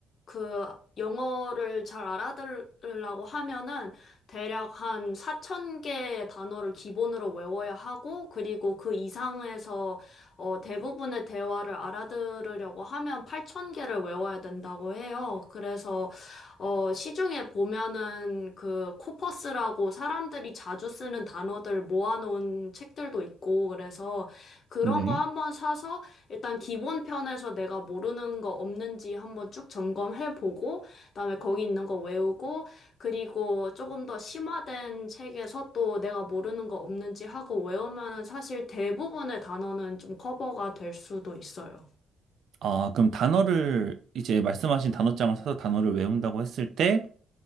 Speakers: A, on the left (about 55°); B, on the right (about 70°).
A: 그 영어를 잘 알아들으려고 하면은 대략 한 4천 개의 단어를 기본으로 외워야 하고 그리고 그 이상에서 어 대부분의 대화를 알아들으려고 하면 8천 개를 외워야 된다고 해요. 그래서 어 시중에 보면은 그 코퍼스라고 사람들이 자주 쓰는 단어들 모아놓은 책들도 있고 그래서 그런
B: 네.
A: 거 한번 사서 일단 기본 편에서 내가 모르는 거 없는지 한번 쭉 점검해 보고 그다음에 거기 있는 거 외우고 그리고 조금 더 심화된 책에서 또 내가 모르는 거 없는지 하고 외우면은 사실 대부분의 단어는 좀 커버가 될 수도 있어요.
B: 아, 그럼 단어를 이제 말씀하신 단어장을 사서 단어를 외운다고 했을 때,